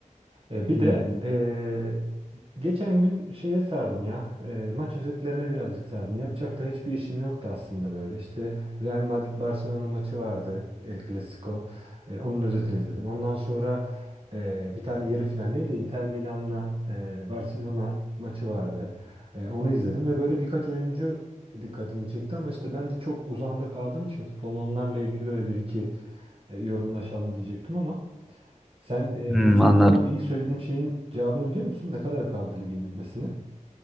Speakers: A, on the right; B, in the centre.
A: E, bir
B: Hmm.
A: de e, geçen gün şeye sardım ya. e, maç özetlerine birazcık sardım. Yapacak da hiçbir işim yoktu aslında böyle. İşte Real Madrid Barcelona maçı vardı El Clasico. E, onun özetini izledim. Ondan sonra e, bir tane yarı final neydi? Inter Milan'la e, Barcelona maçı vardı. E, onu izledim ve böyle birkaç oyuncu dikkatimi çekti ama işte ben de çok uzağında kaldığım için futbolun onlarla ilgili böyle bir iki e, yorumlaşalım diyecektim ama sen e,
B: Hmm,
A: öncelikle
B: anladım.
A: bu ilk söylediğim şeyin cevabını biliyor musun? Ne kadar kaldı ligin bitmesine?